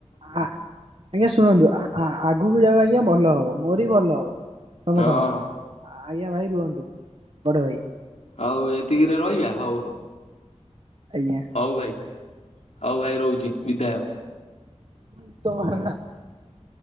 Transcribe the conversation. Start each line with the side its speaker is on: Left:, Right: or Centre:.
Right: ଆ ଆଜ୍ଞା ଶୁଣନ୍ତୁ ଆ - ଆ ଆଗକୁ ଯାଉ ଆଜ୍ଞା ଭଲ ହବ, ମୋରି ଭଲ ହବ। ତମେ
Left: ହଁ ହଁ
Right: ତମର ଆଜ୍ଞା ଭାଇ ରୁହନ୍ତୁ। ବଡ ଭାଇ
Left: ଆଉ ଏତିକିରେ ରହିବା ହଉ ହଉ।
Right: ଆଜ୍ଞା
Left: ହଉ ଭାଇ ହଉ ଭାଇ ରହୁଛି ବିଦାୟ।
Right: <unintelligible>